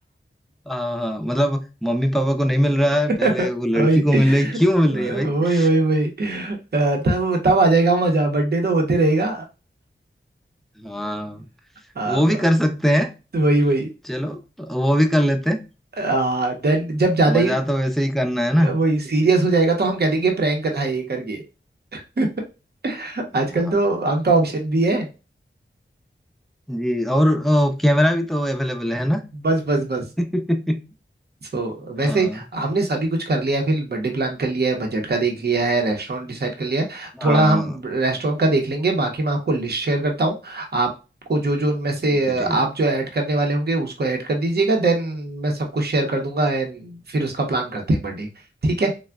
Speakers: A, in the centre; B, on the right (about 50°).
A: हाँ हाँ, मतलब मम्मी पापा को नहीं मिल रहा है
B: <laughs>
A: पहले वो लड़की
B: वही
A: को मिल रही क्यों मिल
B: वही
A: रही है भाई
B: वही वही अ, तब तब आ जाएगा मजा बर्थडे तो होते रहेगा
A: हाँ
B: अ,
A: वो
B: ब-
A: भी कर सकते हैं
B: वही वही
A: चलो वो भी कर लेते हैं
B: देन जब ज्यादा
A: मजा
B: ही
A: तो वैसे ही करना है ना
B: वही सीरियस हो जाएगा तो हम कह देंगे प्रैंक था ये करके <laughs>
A: हाँ
B: आजकल
A: हाँ
B: तो
A: हाँ
B: हम पे ऑप्शन भी है
A: जी और ओ, कैमरा भी तो अवेलेबल है ना
B: बस बस बस
A: <laughs>
B: सो so, वैसे
A: हाँ
B: हमने सभी कुछ कर लिया है फिर बर्थडे प्लान कर लिया है बजट का देख लिया है रेस्टोरेंट डिसाइड कर लिया है
A: हाँ
B: थोड़ा हम रेस्टोरेंट का देख लेंगे बाकी मैं आपको लिस्ट शेयर करता हूँ आपको जो जो उनमें से
A: ठीक है ठीक
B: अ, आप
A: है
B: जो ऐड करने वाले होंगे उसको ऐड कर दीजिएगा देन मैं सबको शेयर कर दूंगा एंड फिर उसका प्लान करते हैं बर्थडे ठीक है